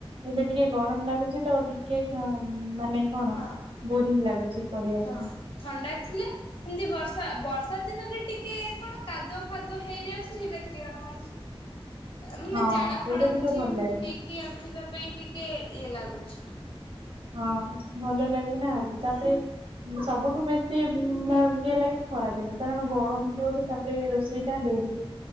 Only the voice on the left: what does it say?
ହଁ
ହଁ
ଥଣ୍ଡା ଥିଲେ? ଏମତି ବର୍ଷା ବର୍ଷା ଦିନରେ ଟିକେ କଣ କାଦୁଆ ଫାଦୁଆ ହେଇଯାଉଛି ସେଟା ଟିଣ ମାଡି ମାନେ
ଜାଳ
ଫାଡ
କିଛି
ମାନେ
ନେଇକି। କି ଆସିବା ପାଇଁ ଟିକେ ଇଏ ଲାଗୁଛି।
ହଁ
ହୁଁ